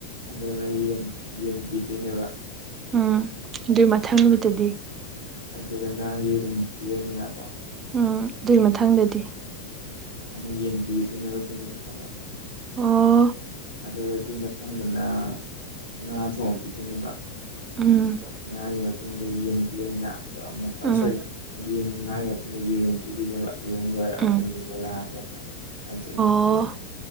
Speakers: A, on the left (about 80°); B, on the right (about 25°).
A: ꯑꯗꯨꯅ ꯌꯦꯟ ꯌꯦꯟ ꯄꯤꯗꯣꯏꯅꯦꯕ
B: ꯎꯝ ꯑꯗꯨꯏ ꯃꯊꯪ ꯅꯨꯃꯤꯠꯇꯗꯤ
A: ꯑꯗꯨꯗꯅ ꯌꯦꯔꯨꯝ ꯄꯤꯔꯅꯤꯅꯀꯣ
B: ꯎꯝ ꯑꯗꯨꯏ ꯃꯊꯪꯗꯗꯤ
A: ꯑꯃꯨꯛ ꯌꯦꯟ ꯄꯤꯗꯣꯢꯅꯦꯕ ꯑꯗꯨꯏ ꯅꯨꯃꯤꯠꯇ ꯑꯃꯨꯛ
B: ꯑꯣ
A: ꯑꯗꯨꯒ ꯑꯗꯨꯢ ꯃꯊꯪꯗꯅ ꯉꯥ ꯊꯣꯡ ꯄꯤꯗꯣꯏꯅꯦꯕ
B: ꯎꯝ
A: ꯉꯔꯥꯡꯒꯤ ꯃꯇꯨꯡꯗ ꯌꯦꯟ ꯄꯤꯔꯅꯤꯅ ꯑꯗꯣ ꯑꯃꯨꯛꯀ
B: ꯎꯝ
A: ꯁꯣꯔꯤ ꯌꯦꯟ ꯉꯥꯒꯤ ꯃꯇꯨꯡꯗ ꯌꯦꯔꯨꯝ ꯄꯗꯣꯏꯅꯦꯕ ꯌꯦꯔꯨꯝ ꯂꯣꯏꯔꯒ ꯑꯃꯨꯛ
B: ꯎꯝ
A: <unintelligible> ꯂꯥꯛꯑꯅꯦꯕ <unintelligible>
B: ꯑꯣ